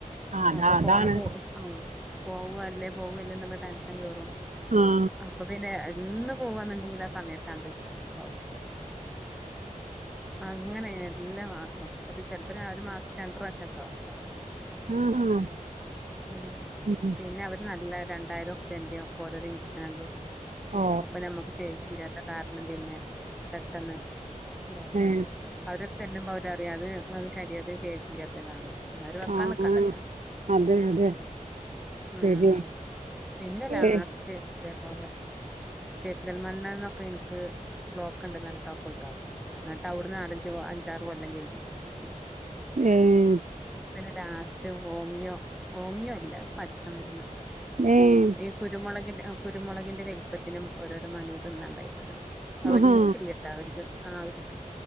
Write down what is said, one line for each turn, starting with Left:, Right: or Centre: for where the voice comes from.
Right: ആ അതാ
Centre: അപ്പൊ
Right: അതാണ്
Centre: പോണ പോ ആഹ് പോവല്ലേ പോവല്ലേന്നുള്ള ടെൻഷൻ കേറും
Right: ആ
Centre: അപ്പൊ പിന്നെ എന്നും പോവന്ന്ണ്ടെങ്കില് ആ സമയത്താണ്ട് ഇതാവും അങ്ങനെ എല്ലാ മാസോം അത് ചെലപ്പോ ആ ഒരു മാസത്തി രണ്ട് പ്രാവശ്യക്കാവും
Right: ആ ആ
Centre: ഉം
Right: ഉം
Centre: പിന്നെ അവര് നല്ല രണ്ടായിരൊർ <unintelligible> ഒക്കെ ഓരോരോ ഇഞ്ചക്ഷനാട്ട് വെക്കും
Right: ഓ
Centre: അപ്പൊ നമ്മക്ക് <unintelligible> കാരണം പിന്നെ പെട്ടെന്ന് ഇണ്ടാവും
Right: ഏ
Centre: അവരെട് ചെല്ല്മ്പൊ അവര് പറയും അത് ഇങ്ങക്ക് ശരീരത്തിന് ശേഷില്ലാത്തതാണെന്ന് പിന്നോര് വെക്കാൻ
Right: ആഹ്
Centre: നിക്കണ്ടല്ലാ
Right: അതെ അതെ
Centre: ഉം
Right: ശരിയാണ്
Centre: പിന്നെ ലാസ്റ്റ്
Right: ഏ
Centre: ഇതേപോലെ പെര്ന്തൽമണ്ണേയ്ന്നൊക്കെ ഇൻക്ക് ബ്ലോക്ക് ഇണ്ട്ന്ന് പറഞ്ഞിട്ട് അതൊക്കെ ഒഴിവാക്കി ക്കിക്ക്ണ് ഇന്നട്ട് അവ്ട്ന്ന് നാലഞ്ച് അഞ്ചാറ് കൊല്ലം കഴിഞ്ഞ്ക്ക്ണ് പിന്നെ
Right: ന്നെഹ്
Centre: ന്നട്ട് പിന്നെ ലാസ്റ്റ് ഹോമിയോ ഹോമിയോ അല്ല ഒര് പച്ചമെര്ന്ന്
Right: ന്നെയ്
Centre: ഈ കുരുമൊളകിന്റെ അഹ് കുരുമൊളകിന്റെ വെൽപ്പത്തിലും ഓരോരോ മണിയാ തിന്നാണ്ടായിരുന്നത് ഒക്കെ അവര്
Right: ആഹാ
Centre: ഇൻ കെട്ട് അവര് കെട്ട്ണ അവര്ക്ക്